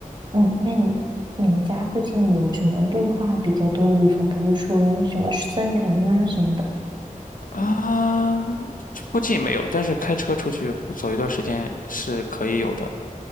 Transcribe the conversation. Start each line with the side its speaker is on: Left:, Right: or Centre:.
Right: 嗯，那你你们家附近有什么绿化比较多的地方，比如说什么森林啊什么的。
Left: 啊，附近没有，但是开车出去走一段时间是可以有的。